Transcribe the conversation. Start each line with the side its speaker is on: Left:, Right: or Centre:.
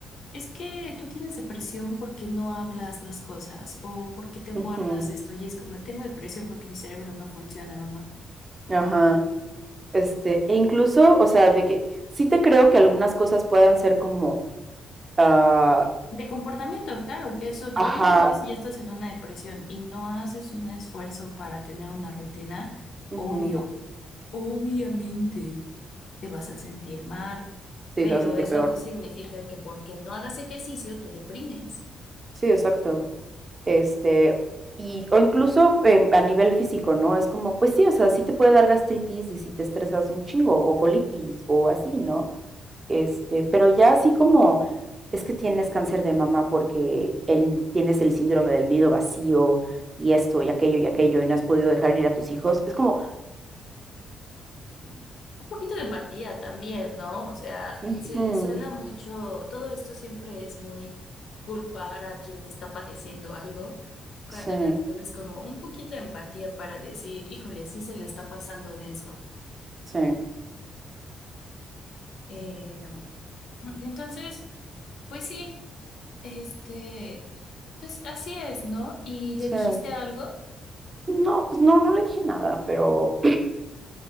Left: Es que tú tienes depresión porque no hablas las cosas o porque te guardas
Right: Ujú,
Left: esto y es como, tengo depresión porque mi cerebro no funciona, mamá.
Right: Ajá. Este, e incluso, o sea, de que sí te creo que algunas cosas puedan ser como, ah,
Left: De comportamiento, claro, que eso,
Right: ajá,
Left: obviamente si ya estás en una depresión y no haces un esfuerzo para tener una rutina,
Right: ujú,
Left: obvio, obviamente te vas a sentir mal,
Right: Sí,
Left: pero
Right: te vas a sentir
Left: eso
Right: peor.
Left: no significa que porque no hagas ejercicio te deprimes.
Right: Sí, exacto. Este, y, o incluso eh, a nivel físico, ¿no? Es como, pues sí, o sea, sí te puede dar gastritis y si te estresas un chingo, o colitis, o así, ¿no? Este, pero ya así como, es que tienes cáncer de mama porque el- tienes el síndrome del nido vacío y esto y aquello y aquello y no has podido dejar ir a tus hijos. Es como,
Left: Un poquito de empatía también, ¿no? O sea,
Right: ujú,
Left: se, suena mucho, todo esto siempre es muy culpar a quien está padeciendo algo, cuando
Right: sí,
Left: en realidad es como un poquito de empatía para decir, híjole, sí se le está pasando denso.
Right: sí,
Left: Eh, entonces, pues sí, este, pues así es, ¿no? Y le
Right: sí.
Left: dijiste algo,
Right: No, pues no, no le dije nada, pero